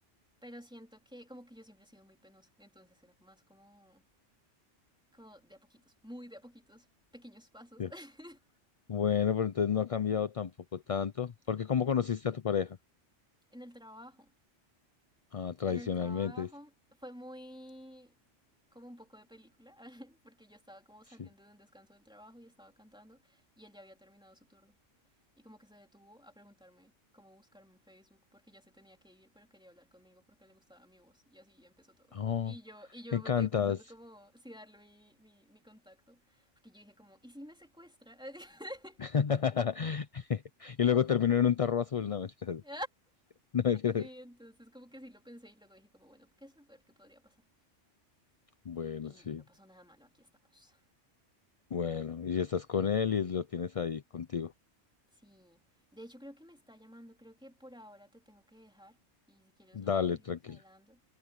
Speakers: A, in the centre; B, on the left.
A: Pero siento que como que yo siempre he sido muy penosa, entonces era más como, como de a poquitos, muy de a poquitos, pequeños pasos.
B: ya.
A: <laughs>
B: bueno, pero entonces no ha cambiado tampoco tanto, porque ¿cómo conociste a tu pareja?
A: en el trabajo,
B: Ah, tradicionalmente,
A: en el trabajo fue muy como un poco de película, <laughs> porque yo estaba como
B: sí.
A: saliendo de un descanso del trabajo y estaba cantando y él ya había terminado su turno. y como que se detuvo a preguntarme cómo buscarme en Facebook porque ya se tenía que ir, pero quería hablar conmigo porque le gustaba mi voz y así empezó todo.
B: Oh,
A: Y yo, y yo
B: me encantas.
A: me quedé pensando como si darle mi, mi, mi contacto, porque yo dije como, ¿y si me secuestra? <laughs>
B: <laughs> Y luego terminó en un tarro azul, no <laughs> mentiras,
A: sí,
B: no mentiras.
A: entonces como que sí lo pensé y luego dije como, bueno, ¿qué es lo peor que podría pasar?
B: Bueno,
A: Y,
B: sí.
A: y no pasó nada malo, aquí estamos.
B: Bueno, y si estás con él y lo tienes ahí contigo.
A: Sí, de hecho creo que me está llamando, creo que por ahora te tengo que dejar y si quieres
B: Dale,
A: luego seguimos
B: tranquila.
A: hablando.